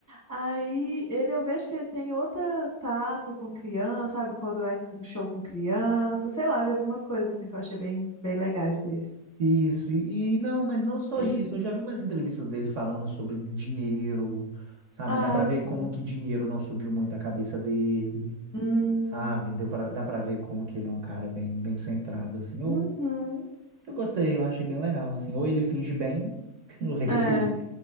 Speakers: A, on the left (about 20°); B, on the right (about 65°).
A: Aí ele, eu vejo que ele tem outro tato com criança, sabe? Quando é um show com criança, sei lá, já vi umas coisas assim que eu achei bem, bem legais dele.
B: Isso, e, e não, mas não só
A: <clears throat>
B: isso. Eu já vi umas entrevistas dele falando sobre dinheiro, sabe?
A: Ah,
B: Dá para ver
A: sim.
B: como que dinheiro não subiu muito a cabeça dele,
A: Hum,
B: sabe? Deu pra, dá para ver como que ele é um cara bem, bem centrado, assim. Eu,
A: uhum.
B: eu gostei, eu achei bem legal, assim. Ou ele finge bem, <laughs> ou ele.
A: É.